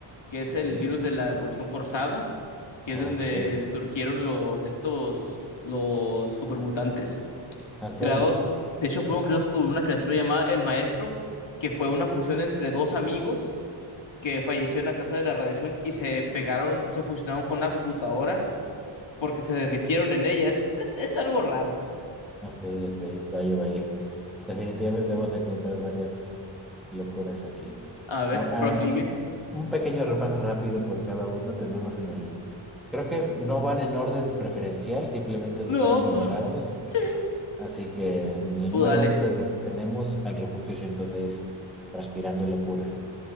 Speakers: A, on the left; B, in the centre.
A: que es
B: Ok,
A: el virus de la evolución forzada. que
B: ok,
A: es donde surgieron los, estos, los supermutantes,
B: ok.
A: creados, de hecho fueron creados por una criatura llamada el Maestro, que fue una fusión entre dos amigos que fallecieron a causa de la radiación y se pegaron, se fusionaron con una computadora porque se derritieron en ella. Es, es algo raro.
B: Ok, ok, vaya, vaya. Definitivamente vamos a encontrar varias locuras aquí.
A: A ver,
B: Ah, ah,
A: prosigue.
B: un pequeño repaso rápido por cada uno tenemos en el... Creo que no van en orden preferencial, simplemente los
A: No,
B: están enumerados.
A: pues sí,
B: Así que en el
A: tú
B: número
A: dale.
B: uno te- tenemos al Refugio ciento seis Transpirando Locura.